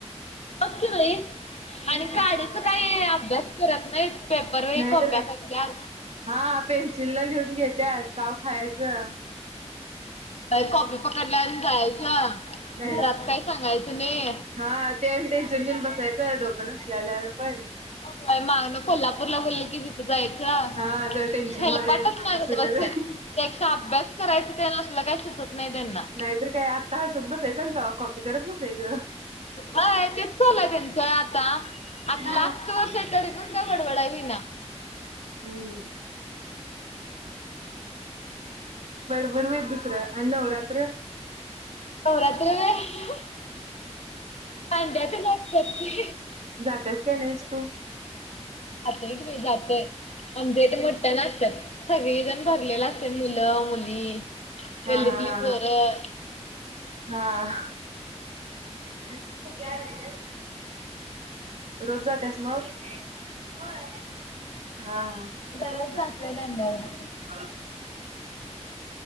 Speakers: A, on the left (about 65°); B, on the right (about 70°).
A: बग की बाई आणि
B: काय
A: काढीचा काही अभ्यास करत नाहीत पेपर वेळी
B: नाहीतर
A: कॉप्या
B: काय
A: का त्या
B: हा पेन्सिलन लिहून घेत्यात काव खायचं,
A: कॉपी पकडल्यावर आणि जायचं.
B: नाही
A: घरात काय सांगायचं नाही.
B: हा ते टेन्शन घेऊन बसायचं डोकं नसल्याल्या पण,
A: काय मागन कोल्हापूरला बोलली की तिथं जायचं
B: हा जर टेन्शन
A: हेलपाटच
B: मध्ये
A: मारत
B: असं
A: बसत्यात.
B: कर
A: त्यापेक्षा अभ्यास करायचा तेन असल काय सुचत नाही त्यांना,
B: नाहीतर काय आता हासत बसायचं आणि तवा कॉपी करत बसायचं.
A: हय तेच चालू आहे त्यांच आता. आज
B: हा.
A: लास्ट वर्ष आहे तरी पण काय बडबडाय येईना.
B: हम्म बडबड बेत दुसरं आणि नवरात्र
A: नवरात्र होय खंड्या तेन <unintelligible> की,
B: जात्यास काय नाहीस तू?
A: जातोय की जातोय आमच्या हिथ मोठठ्या आसत्यात सगळी जण भरलेल अस तय मुलं मुली.
B: हा
A: गल्लीतली
B: हा हा
A: पोरं
B: हा हा. सगळी आलेली अस, रोज जात्यास मग? होय हा <unintelligible>
A: दररोज जातोय दांड्याला.